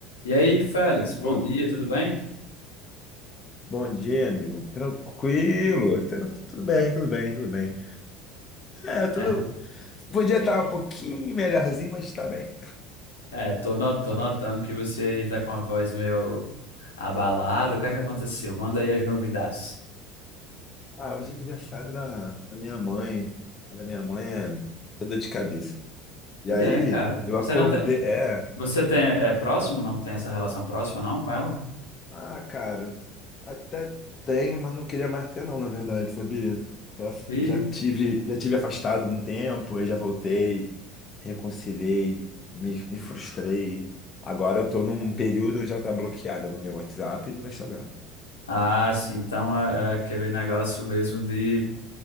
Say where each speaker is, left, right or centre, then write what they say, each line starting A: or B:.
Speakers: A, on the left; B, on the left.
A: E aí, Félix, bom
B: Ô,
A: dia, tudo bem?
B: Bom dia, amigo. Tranquilo? Tran- Tudo bem, tudo bem, tudo bem. É, tudo.
A: <laughs>
B: Podia estar um pouquinho melhorzinho, mas tá bem.
A: É, tô, no- tô notando que você aí tá com a voz meio abalada. O que é que aconteceu? Manda aí as novidades.
B: Ah, hoje é aniversário da, da minha mãe. A da minha mãe é toda de cabeça. E
A: E
B: aí,
A: é, cara.
B: eu acordei.
A: Você não tem,
B: É.
A: você tem é próximo? Não tem essa relação próxima não com ela?
B: Ah, cara, até tem, mas não queria mais ter não, na verdade, sabia? Já,
A: E
B: já tive, já tive afastado um tempo, aí já voltei, reconciliei, me, me frustrei. Agora eu tô num período onde ela tá bloqueada no meu WhatsApp e no meu Instagram.
A: ah, sim. Então é, é aquele negócio mesmo de